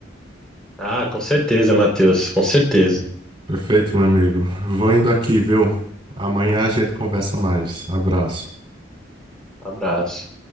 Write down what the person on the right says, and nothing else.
Perfeito, meu amigo. Vou indo aqui, viu? Amanhã a gente conversa mais. Abraço.